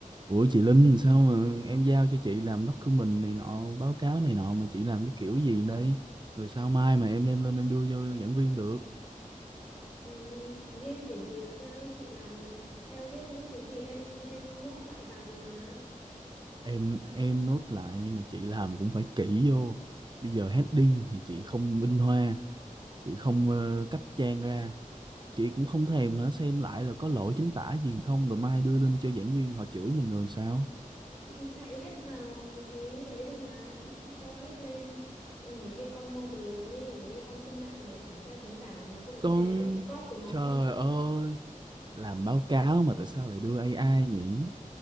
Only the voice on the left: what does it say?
Ừ, ý em kiểu gì là sao chị làm theo hết những cái gì em em nốt lại vào rồi mà
chị chạy hết vào cái ấy rồi mà chị chị cho hết lên ờ, mấy cái con model ấy mấy cái con trên mạng để kiểm tra chính tả mà có vấn
đề đâu chị cóp của nó
mà